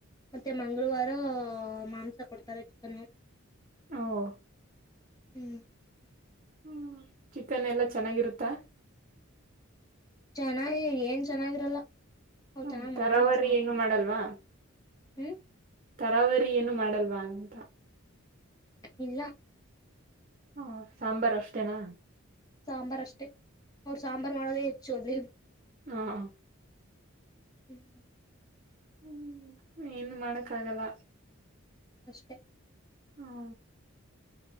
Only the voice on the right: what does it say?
ಹ್ಮ್ಮ್.
ಹ್ಮ ಚಿಕನ್ ಎಲ್ಲಾ ಚೆನ್ನಾಗಿರುತ್ತಾ.
ಹ್ಮ
ತರಾವರಿ
ಏನು ಮಾಡಲ್ವಾ.
ತರಾವರಿ ಏನು ಮಾಡಲ್ವಾ ಅಂತ.
ಹ ಸಾಂಬಾರ್ ಅಷ್ಟೇನಾ.
ಹ್ಮ
ಹ್ಮ ಏನ್ ಮಾಡಕ್ಕ ಆಗಲ್ಲ
ಹ್ಮ.